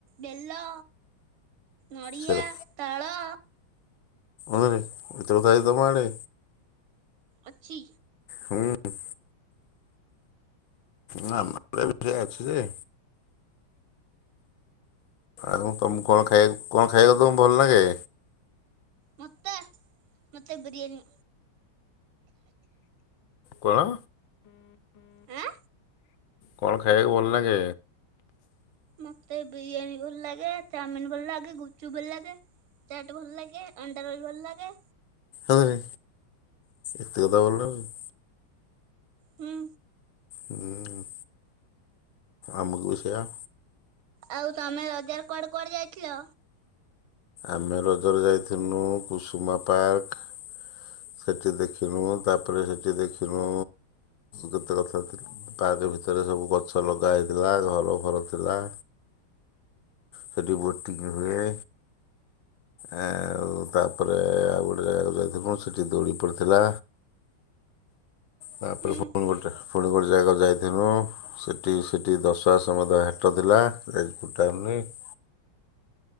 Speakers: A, on the right (about 80°); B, on the left (about 70°).
A: ବେଲ ନଡ଼ିଆ,
B: ସେଟା
A: ତାଳ
B: ଆରେ ଏତେ କଥାକି ତମ ଆଡ଼େ
A: ଅଛି।
B: ହୁଁ ହୁଁ। ନା ଆମ ଆଡ଼େ ବି ସେଇଆ ଅଛି, ଯେ ଆଉ ତମକୁ କଣ ଖାଇଆକୁ କଣ ଖାଇବାକୁ ତମକୁ ଭଲ ଲାଗେ?
A: ମତେ, ମତେ ବିରିୟାନୀ।
B: କଣ?
A: ଆଁ
B: କଣ ଖାଇବାକୁ ଭଲଲାଗେ?
A: ମତେ ବିରିୟାନୀ ଭଲ ଲାଗେ, ଚାଉମିନ ଭଲ ଲାଗେ, ଗୁପଚୁପ ଭଲ ଲାଗେ। ଚାଟ ଭଲ ଲାଗେ, ଅଣ୍ଡାରୋଲ ଭଲ ଲାଗେ।
B: ଆରେ, ଏତେ କଥା ଭଲ ଲାଗେ।
A: ହୁଁ।
B: ହୁଁ। ଆମକୁ ବି ସେଇଆ।
A: ଆଉ ତମେ ରଜରେ କୁଆଡେ କୁଆଡେ ଯାଇଥିଲ?
B: ଆମେ ରଜରେ ଯାଇଥିନୁ, କୁସୁମା ପାର୍କ ସେଠି ଦେଖିନୁ ତାପରେ ସେଠି ଦେଖିନୁ କେତେ କଥାଥିଲୁ। ପାର୍କ ଭିତରେ ସବୁ ଗଛ ଲଗା ହେଇଥିଲା ଘର ଫର ଥିଲା। ସେଠି ବୋଟିଁ ହୁଏ। ଆଉ ତାପରେ ଆଉ ଗୋଟେ ଜାଗାକୁ ଯାଇଥିଲୁ ସେଠି ଦୋଳି ପଡ଼ିଥିଲା। ତାପରେ
A: ହୁଁ
B: ପୁଣି ଗୋଟେ ପୁଣି ଗୋଟେ ଜାଗା ଯାଇଥିଲୁ। ସେଠି ସେଠି ଦଶ ଆସ ସମାଦୟ ହାଟ ଥିଲା। <unintelligible>